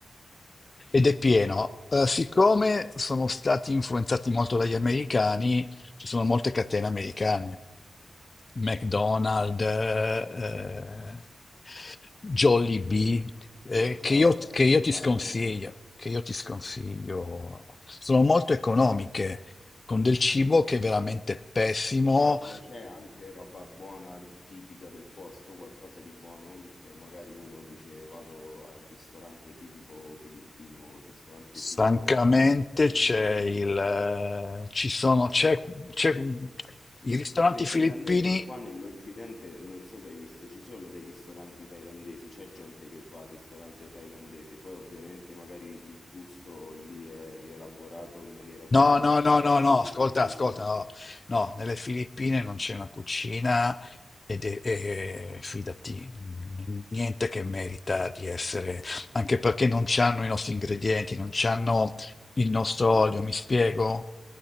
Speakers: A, on the left (about 40°); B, on the left (about 55°).
A: ed è pieno. Eh, siccome sono stati influenzati molto dagli americani, ci sono molte catene americane. McDonald's,
B: Ho capito.
A: eh, Jollibee,
B: Quindi
A: eh,
B: mangia
A: che io,
B: occidentale
A: che io ti sconsiglio,
B: molto.
A: che io ti sconsiglio. Sono molto economiche,
B: Eh,
A: con del cibo che è veramente pessimo.
B: Ma c'è ma c'è anche roba buona, tipica del posto, qualcosa di buono? Cioè, magari uno dice vado al ristorante tipico filippino, ristorante
A: Francamente,
B: tipico thailandese.
A: c'è il, eh, ci sono, c'è, c'è- i ristoranti
B: Ma Perché il thailandese
A: filippini
B: qua nell'Occidente, non so se hai visto, ci sono dei ristoranti thailandesi, c'è gente che va al ristorante thailandese, poi ovviamente magari il gusto lì è rielaborato in maniera tale
A: No,
B: da
A: no,
B: incontrare
A: no, no, no,
B: i gusti
A: ascolta,
B: degli
A: ascolta,
B: occidentali.
A: no, no, nelle Filippine non c'è una cucina ed è, e- fidati, niente che merita di essere, anche perché non c'hanno i nostri ingredienti, non c'hanno il nostro olio, mi spiego?